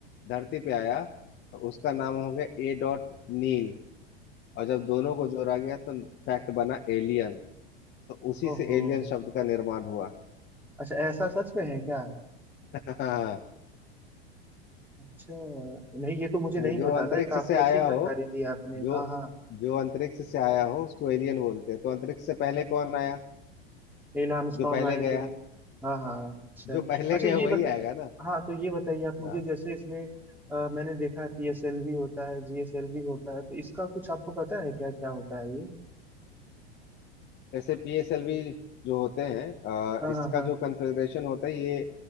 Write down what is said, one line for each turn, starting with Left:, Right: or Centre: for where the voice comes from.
Left: धरती पे आया तो उसका नाम हो गया ए डॉट नील और जब दोनों को जोड़ा गया तो फैक्ट बना एलियन तो उसी
Centre: ओहो
Left: से एलियन शब्द का निर्माण हुआ
Centre: अच्छा ऐसा सच में है क्या
Left: <laughs> हाँ
Centre: अच्छा नहीं ये तो मुझे नहीं
Left: जो
Centre: पता
Left: अंतरिक्ष
Centre: था ये काफी
Left: से
Centre: अच्छी
Left: आया
Centre: जानकारी
Left: हो
Centre: दी आपने
Left: जो
Centre: हाँ हाँ
Left: जो अंतरिक्ष से आया हो उसको एलियन बोलते हैं तो अंतरिक्ष से पहले कौन आया
Centre: नील आर्मस्ट्रॉन्ग
Left: जो पहले
Centre: आए
Left: गया
Centre: थे हाँ हाँ अच्छा
Left: जो पहले
Centre: अच्छा
Left: गया
Centre: ये
Left: वही
Centre: बताए
Left: आएगा ना
Centre: हाँ तो ये बताइए आप मुझे
Left: हाँ
Centre: जैसे इसमें अ, मैंने देखा है पीएसएलवी होता है जीएसएलवी होता है तो इसका कुछ आपको पता है क्या क्या होता है ये
Left: ऐसे पीएसएलवी जो होते हैं अ,
Centre: हाँ
Left: इसका
Centre: हाँ हाँ
Left: जो कन्फिग्रेशन होता है ये